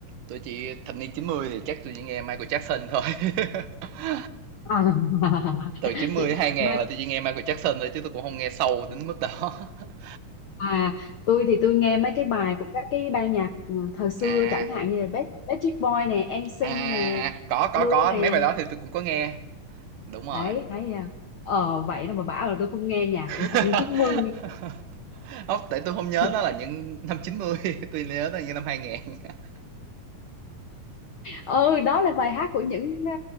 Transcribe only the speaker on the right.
tôi chỉ thập niên 90 thì chắc tôi chỉ nghe Michael Jackson thôi <laughs>
từ 90 đến 2000
là tôi chỉ nghe Michael Jackson thôi chứ tôi cũng không nghe sâu đến mức đó <laughs>
à
à,
à,
à. có có
có
mấy bài đó thì tôi cũng có nghe đúng rồi
<laughs>
không tại tôi không nhớ
nó là những năm 90 <laughs> tôi nhớ nó là những năm 2000 <laughs>